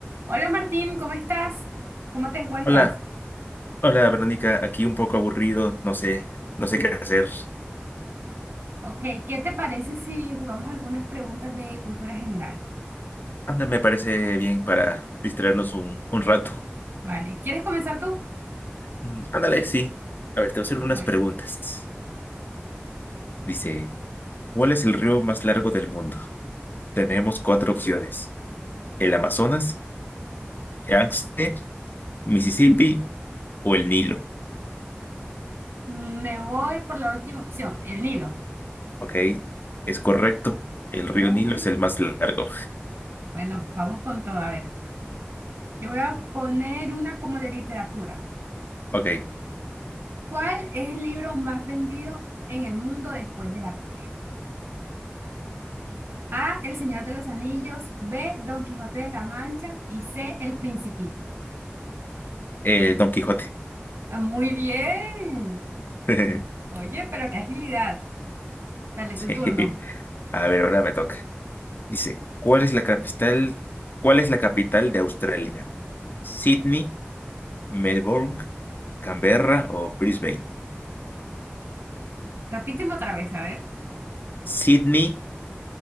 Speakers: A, on the right (about 65°); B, on the left (about 50°).
A: Hola Martín, ¿cómo estás? ¿Cómo te encuentras?
B: Hola, hola Verónica, aquí un poco aburrido, no sé, no sé qué hacer.
A: Ok, ¿qué te parece si jugamos algunas preguntas de cultura general?
B: Anda, me parece bien para distraernos un, un rato.
A: Vale, ¿quieres comenzar tú?
B: Mm, Ándale, sí. A ver, te voy a hacer
A: Bueno,
B: unas preguntas. Dice, ¿cuál es el río más largo del mundo? Tenemos cuatro opciones. El Amazonas, Yangtze, Mississippi o el Nilo.
A: mm, me voy por la última opción, el Nilo.
B: Ok, es correcto. El
A: Uy,
B: río Nilo es el más largo.
A: bueno, vamos con todo. A ver, yo voy a poner una como de literatura.
B: Ok,
A: ¿Cuál es el libro más vendido en el mundo después de la Biblia? A, El Señor de los Anillos, B, Don Quijote de la Mancha y C, El Principito.
B: eh, Don Quijote.
A: Ah, Muy bien.
B: <laughs>
A: Oye, pero qué agilidad. Dale,
B: Sí.
A: tu turno.
B: A ver, ahora me toca. Dice, ¿cuál es la capital, cuál es la capital de Australia? ¿Sydney, Melbourne, Canberra o Brisbane?
A: Repíteme otra vez, a ver.
B: Sydney,